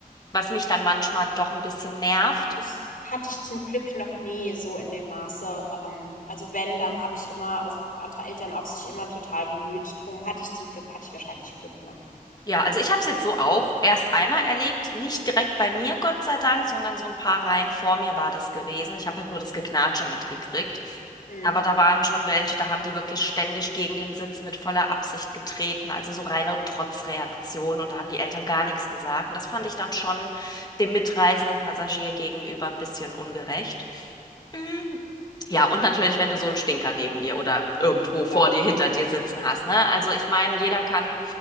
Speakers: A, on the left (about 25°); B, on the left (about 70°).
A: was mich dann manchmal doch ein bisschen nervt.
B: Das hatte ich zum Glück noch nie so in dem Maße. Ähm, also wenn, dann habe ich immer also andere Eltern auch sich immer total bemüht drum. Hatte ich zum Glück hatte ich wahrscheinlich Glück, ne?
A: Ja, also ich habe es jetzt so auch erst einmal erlebt, nicht direkt bei mir, Gott sei Dank, sondern so ein paar Reihen vor mir war das gewesen. Ich habe halt nur das Geknatsche mitgekriegt.
B: Mhm.
A: Aber da waren schon welche, da haben die wirklich ständig gegen den Sitz mit voller Absicht getreten, also so reine Trotzreaktion und da haben die Eltern gar nichts gesagt. Und das fand ich dann schon dem mitreisenden Passagier gegenüber ein bisschen ungerecht. Mm, ja, und natürlich, wenn du so einen Stinker neben dir oder irgendwo vor
B: Ja,
A: dir, hinter dir sitzen hast, ne? Also ich meine, jeder kann